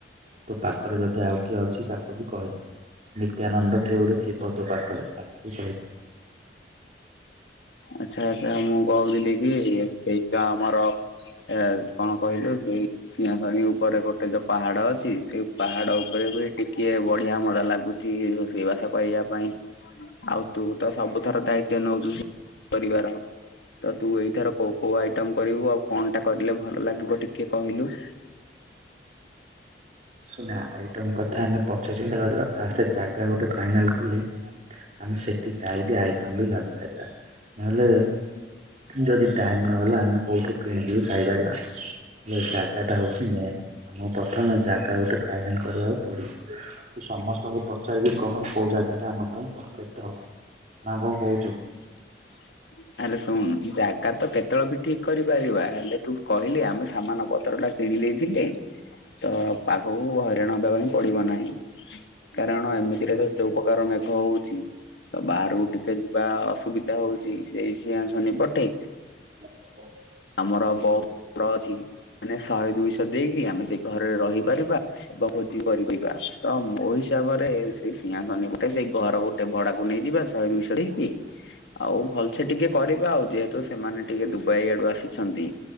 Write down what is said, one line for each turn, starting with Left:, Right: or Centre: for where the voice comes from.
Right: ତୋ ପାଖରେ ଯଦି ଆଉ କିଏ ଅଛି ତାକୁ ବି କହିବୁ। ନିତ୍ୟାନନ୍ଦ କିଏଗୋଟେ ଥିବତୋ ପାଖରେ ତାକୁବି କହିବୁ।
Left: ଆଚ୍ଛା ଆଛା ମୁଁ କହୁଥିଲି କି ସେଇ ଗାଁ ଆମର ଏ କଣ କହିଲୁ ସେଇ ସିଂହ ପାଣି ଉପରେ ଗୋଟେ ଯୋଉ ପାହାଡ ଅଛି ସେ ପାହାଡ ଉପରେ ବି ଟିକିଏ ବଢିଆ ମଜା ଲାଗୁ କିରୋଷେଇବାସ କରିବା ପାଇଁ ଆଉ ତୁ ତ ସବୁଥର ଦାୟିତ୍ଵ ନେଉଛୁ ସେ ପରିିବାର। ତ ତୁ ଏଇଥର କୋଉ କୋଉ ଆଇଟମ କରିବୁ? ଆଉ କଣଟା କରିଲେ ଭଲ ଲାଗିବ ଟିକିଏ କହିଲୁ?
Right: ଶୁଣା ଆଇଟମ କଥା ଆମେ ପଛେ ଚିନ୍ତା କରିବା। ଫାଷ୍ଟେ ଜାଗା ଗୋଟେ ଫାଇନାଲ କଲେ ଆମେ ସେଠି ଯାଇବି ଆଇଟମ ବି ଭାବି ପାରିବା। ନହେଲେ ଯଦି ଟାଇମ୍ ନହେଲା ଆମେ କୋଉଠୁ କିଣିକି ବି ଖାଇପାରିବା। ହେଲେ ଜାଗାଟା ହୋଉଚି ମେନ୍। ଆମକୁ ପ୍ରଥମେ ଜାଗା ଗୋଟେ ଫାଇନାଲ କରିବାକୁ ପଡିବ। ତୁ ସମସ୍ତଙ୍କୁ ପଚାରିବି କହ କୋଉ ଜାଗା ଟା ଆମ ପାଇଁ ପରଫେକ୍ଟ ହବ।
Left: ଆ
Right: ନା
Left: <inaudible>
Right: କଣ କହୁଛୁ?
Left: ଆରେ ଶୁଣ ଜାଗା ତ କେତେବେଳେ ବି ଠିକ କରିପାରିବା। ହେଲେ ତୁ କହିଲି ଆମେ ସାମାନ ପତରଟା କିଣି ଦେଇଥିଲେ ତ ପାଗକୁ ହଇରାଣ ହେବା ପାଇଁ ପଡିବ ନାହିଁ। କାରଣ ଏମିତିରେ ତ ଯୋଉ ପ୍ରକାର ମେଘ ହୋଉଚି। ତ ବାହାରକୁ ଟିକିଏ ଯିବା ଅସୁବିଧା ହୋଉଚି ସେଇ ସିଂହା ଶନି ପଟେ।
Right: ତମେ ଯିବ?
Left: ଆମର ବୋଉ। ରଅଛି। ମାନେ ଶହେ ଦୁଇଶହ ଦେଇକି ଆମେ ସେଇ ଘରରେ ରହିପାରିବା। ଏବଂ ଭୋଜି କରିପାରିବା ତ ମୋ ହିସାବରେ ସେଇ ସିଂହାସନବ ସେଇ ଘର ଗୋଟେ ଭଡାକୁ ନେଇଯିବା ଶହେ ଦୁଇଶହ ଦେଇକି। ଆଉ ଭଲସେ୍ ଟିକିଏ କରିବା। ଆଉ ଯେହେତୁ ସେମାନେ ଟିକିଏ ଦୁବାଇ ଆଡୁ ଆସିଛନ୍ତି।